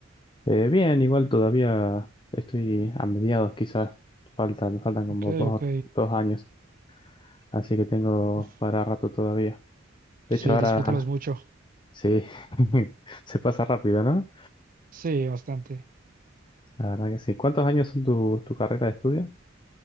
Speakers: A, on the left; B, on the right.
A: Eh, bien, igual todavía estoy a mediados, quizás faltan, me faltan como
B: Ok,
A: dos,
B: ok.
A: dos años, así que tengo
B: Uf,
A: para rato todavía. De
B: sí,
A: hecho, ahora
B: disfrútalos mucho.
A: sí, <laughs> se pasa rápido, ¿no?
B: Sí, bastante.
A: La verdad que sí. ¿Cuántos años son tu, tu carrera de estudio?